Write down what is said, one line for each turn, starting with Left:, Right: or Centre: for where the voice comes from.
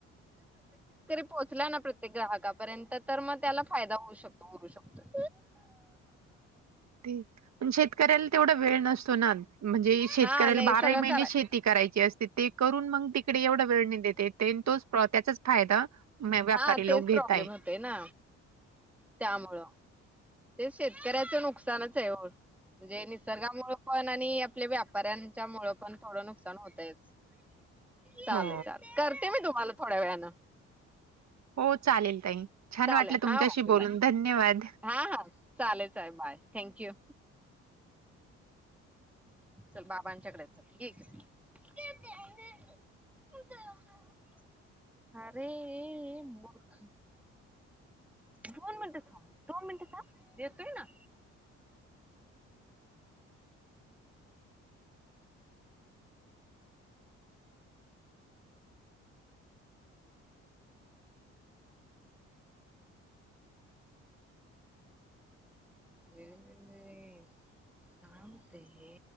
Centre: पोहोचल्या ना प्रत्येक ग्राहकापर्यंत तर मग त्याला फायदा होऊ शकतो होऊ शकतो.
Right: ते पण शेतकऱ्याला तेवढा वेळ नसतो ना. म्हणजे शेतकऱ्याला
Centre: हा नाही
Right: बाराई
Centre: सगळं
Right: महिने
Centre: कराय
Right: शेती करायची असते ते करून मग तिकडे एवढा वेळ न त तेन तोच त्याचाच फायदा म व्यापारी
Centre: हा तेच
Right: लोक घेताय
Centre: प्रॉब्लेम होतोय ना त्यामुळं. ते शेतकऱ्याचं नुकसानच आहे हो, म्हणजे निसर्गामुळे पण आणि आपल्या व्यापाऱ्यांच्यामुळं पण थोडं नुकसान होतयच. चालेल
Right: हो
Centre: चालेल करते मी. तुम्हाला थोड्या वेळानं.
Right: हो चालेल ताई. छान
Centre: चालेल,
Right: वाटलं तुमच्याशी
Centre: हा ओके
Right: बोलून
Centre: बाय
Right: धन्यवाद.
Centre: हा हा चालेल चालेल बाय. थँक्यू! चल बाबांच्याकडे चल, ये इकडं <unintelligible> अरे ए ए ए मूर्ख. दोन मिनटं थांब, दोन मिनटं थांब देतोय ना. वेळोवेळी काम ते हे